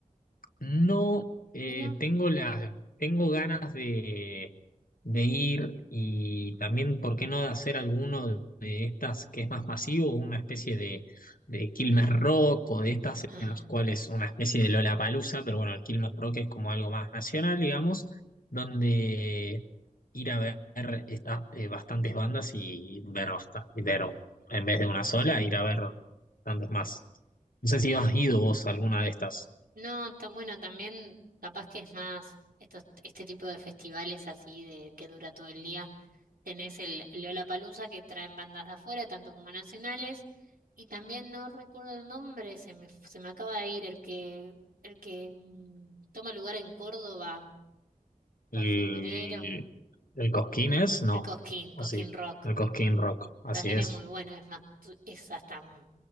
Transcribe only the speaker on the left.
No eh,
tengo las, tengo ganas de, de ir y también, ¿por qué no de hacer alguno de estas que es más masivo, una especie de, de Quilmes Rock o de estas
en las cuales una especie de Lollapalooza, pero bueno, el Quilmes Rock es como algo más nacional, digamos, donde ir a ver estas eh, bastantes bandas y ver, basta- y ver en vez de una sola, ir a ver bastantes más. No sé
si has ido vos a alguna de estas.
El,
el Cosquín es, no,
o
sí,
el Cosquín Rock, así
es.